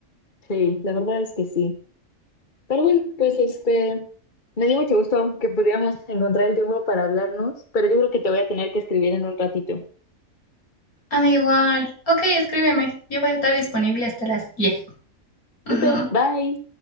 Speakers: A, on the left; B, on the left.
A: Sí, la verdad es que sí. Pero bueno, pues este, me dio mucho gusto que pudiéramos encontrar el tiempo para hablarnos, pero yo creo que te voy a tener que escribir en un ratito.
B: A mí igual. Ok, escríbeme. Yo voy a estar disponible hasta las 10. Ujú.
A: Super, bye.